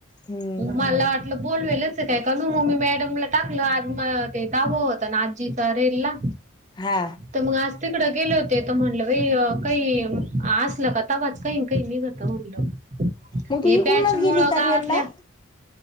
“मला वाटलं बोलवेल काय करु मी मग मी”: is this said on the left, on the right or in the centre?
Right